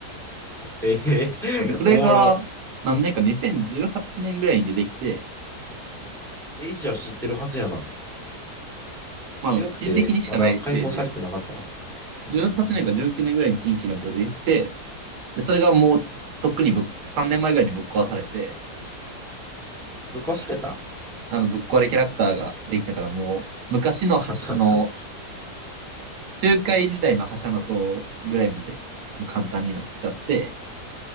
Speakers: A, in the centre; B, on the right (about 75°).
A: えー
B: これが何年か2018年ぐらいに出てきて、
A: <laughs> おもろ。え、じゃあ知ってるはずやな。
B: まあ一時的にしかないステージやから。
A: 強くて、まだ解放されてなかったかも。
B: 18年か19年ぐらいに近畿の子出てきて、
A: うんうん。
B: で、それがもうとっくにぶっ、
A: うん
B: 3年前ぐらいにぶっ壊されて、
A: ぶっ壊された
B: あのぶっ壊れキャラクターができたからもう昔の覇者、
A: <laughs>
B: あの、中海時代の覇者の塔ぐらいまでもう簡単になっちゃって、